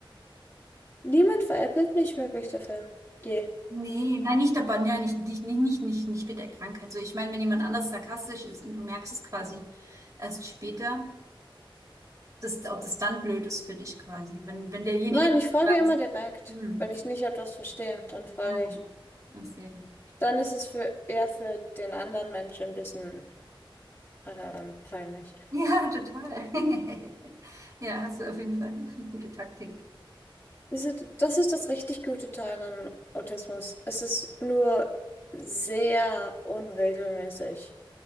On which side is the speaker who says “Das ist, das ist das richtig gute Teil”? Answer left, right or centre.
Left